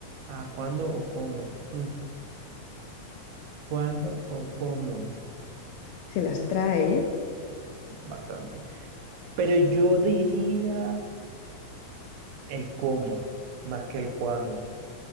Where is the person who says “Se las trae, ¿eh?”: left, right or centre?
Left